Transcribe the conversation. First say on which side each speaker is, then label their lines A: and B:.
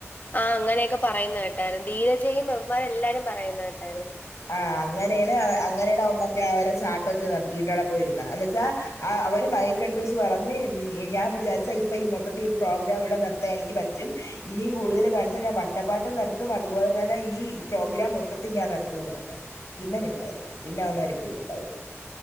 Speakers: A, on the left; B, on the left.
A: ആഹ് അങ്ങനെയൊക്കെ പറയുന്ന കേട്ടായിരുന്നു ധീരജയും ഇവന്മാരെല്ലാരും പറയുന്ന കേട്ടായിരുന്നു.
B: ആഹ് അങ്ങനേണ് അങ്ങനേണ് അവൻ മറ്റേ അവരെ ചാട്ടൊക്കെ നിർത്തിയിട്ടവിടെ പോയിരുന്ന. എന്ന് വെച്ചാ ആ അവര് മൈക്കെട്ത്ത് വച്ച് പറഞ്ഞ് ഞാൻ വിചാരിച്ച ഇപ്പ ഈ മൊത്തത്തി ഈ പ്രോഗ്രാം ഇവിടെ നിർത്താൻ എനിക്ക് പറ്റും. ഇനിയും കൂടുതൽ കാണിച്ചാ ഞാൻ വട്ടപ്പാട്ട് നിർത്തും അതുപോലെ തന്നെ ഈ പ്രോഗ്രാം മൊത്തത്തി ഞാൻ നിർ ത്തൂന്നാ പറഞ്ഞെ. പിന്നെ മിണ്ടായിരുന്ന് പിന്നെ അവന്മാര് പോയി മിണ്ടാതിരുന്നു.